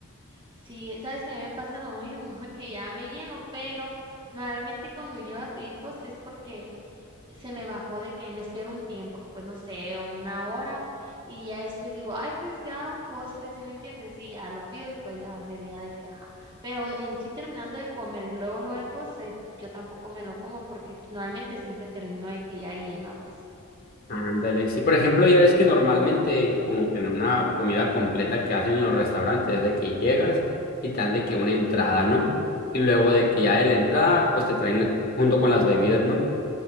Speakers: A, on the right; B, on the left.
A: Sí, sabes que a mí me pasa lo mismo, <laughs> que ya me lleno, pero normalmente cuando yo voy a pedir postres es porque se me bajó de que me espero un tiempo, pues no sé, una hora, y ya después digo, ay, pues ya un postre, ¿sí me entiendes? Y ya lo pido y pues ya sería de que, ajá. Pero en sí terminando de comer y luego lo del postre, yo tampoco me lo como porque normalmente siempre termino de que ya llena, pues.
B: Ándale. Sí, por ejemplo, ya ves que normalmente, como que en una comida completa que hacen en los restaurantes, es de que llegas y te dan de que una entrada, ¿no? Y luego de que ya de la entrada, pues te traen junto con las bebidas, ¿no?